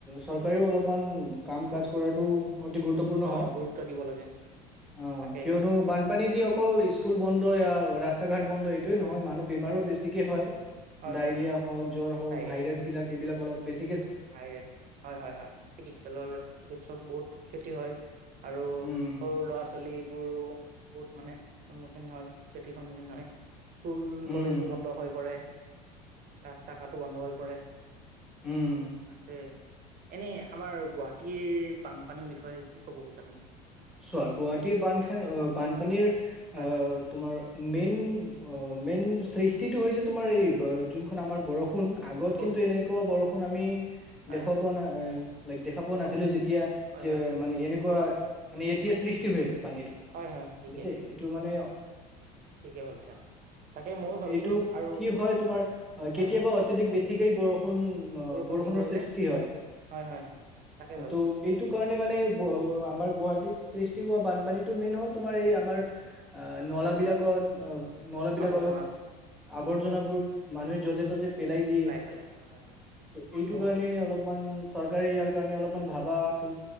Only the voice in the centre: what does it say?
চৰকাৰেও অলপমান কাম কাজ কৰাটো অতি গুৰুত্বপূৰ্ণ
হয়
অ
কিয়নো
বানপানী দি অকল স্কুল বন্ধ। ৰাস্তা ঘাট বন্ধ এইটোয়ে নহয় মানুহ বেমাৰো বেছিকে হয়।
ডায়েৰিয়া
হওক, জ্বৰ হওঁক
ভাইৰাছ
বিলাক এইবিলাক। অলপ বছি।
উম
উম
উম
চোৱা, গুৱাহাটীৰ বানখান বানপানীৰ
আহ
তোমাৰ মেইন অ। মেইন সৃষ্টিটো হৈছে তোমাৰ এই যোনখন আমাৰ বৰষ। বৰষুণ, আগত
কিন্তু এনেকুৱা বৰষুণ। আমি।
দেখা
পোৱা নাই। দেখা পোৱা নাছিলো যে। তিয়া
যে
মানে এনেকুৱা। মানে, এতিয়া সৃষ্টি হৈ আছে। পানীটো
বুজিছে এইটো মানে।
<unintelligible>
এইটো
কি হয় তোমাৰ, কেতিয়াবা
অত্যাধিক বেছি। ঠিকেই বৰষুণ।
বৰষুণৰ
সৃষ্টি হয়
ত' এইটো কাৰণে মানে ব আমাৰ। গুৱাহাটীত সৃষ্টি হোৱা বানপানীতটো মেইন হ'ল, তোমাৰ এই আমাৰ। আহ নলাবিলাকত
নল বিলাক
অলপ আৱৰ্জনাবোৰ <unintelligible> মানুহে যতে ত'তে। পেলাই দিয়ে,
ত এইটো
কাৰণে অলপমান। চৰকাৰে ইয়াৰ কাৰণে অলপমান ভাৱাতো।